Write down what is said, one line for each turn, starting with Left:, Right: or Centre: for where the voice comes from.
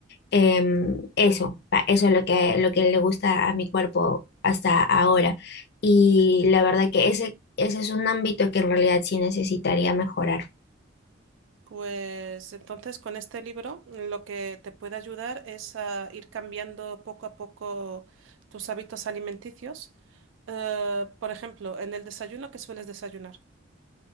Left: em, eso, pa- eso es lo que, lo que le gusta a mi cuerpo hasta ahora. Y la verdad que ese, ese es un ámbito que en realidad sí necesitaría mejorar.
Right: Pues entonces con este libro lo que te puede ayudar es a ir cambiando poco a poco tus hábitos alimenticios. Eh, por ejemplo, en el desayuno, ¿qué sueles desayunar?